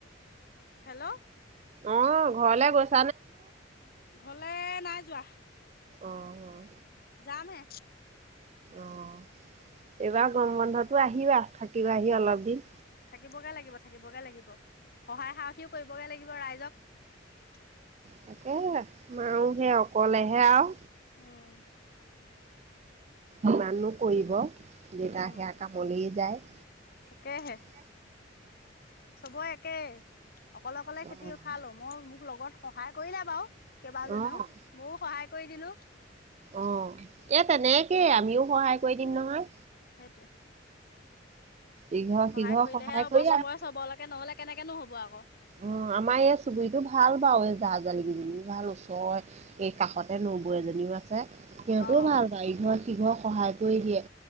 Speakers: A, on the left; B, on the right.
A: হেল্ল'
B: অহ' ঘৰলে গৈছি।
A: ঘৰলে, নাই যোৱা।
B: অহ'।
A: যামহে।
B: অহ' এইবাৰ গৰম বন্ধতো আহিবি। থাকিব আহি অলপ দিন।
A: থাকিবগে লাগিব, থাকিবগে লাগিব। সহায় সাৰথি কৰিবগে লাগিব ৰাইজক। <unintelligible>
B: তাকে, মায়ো সেই অকলেহে আৰু।
A: উম'।
B: ইমানো কৰিব, যেতিয়া
A: উম
B: সেয়া কামলৈ যায়।
A: তাকেহে
B: <unintelligible>
A: চবৰে একে, অকলে অকলে
B: অ'
A: খেতি উঠালো, মই মোক লগত সহায় কৰিলো বাৰু। কেইবাজনীও,
B: অ'
A: ময়ো সহায় কৰি দিলো।
B: অ' এ, তেনেকে আমিও সহায় কৰি দিম নহয়।
A: সেইটোৱেই।
B: ইঘৰ
A: সহায়
B: সিঘৰ
A: কৰিলেহে হ'ব
B: কৰি
A: চবৰে চবলৈকে নহ'লে কেনেকেনো হ'ব আকৌ।
B: অহ' আমাৰ এই চুবুৰীতটো ভাল বাৰু জা-জালি কেইজনি ভাল ওচৰ এ। কাষতে নবৈ এজনীও আছে, সিহঁতেও
A: অ
B: ভাল পায় ইঘৰত সিঘৰত সহায় কৰি দিয়ে।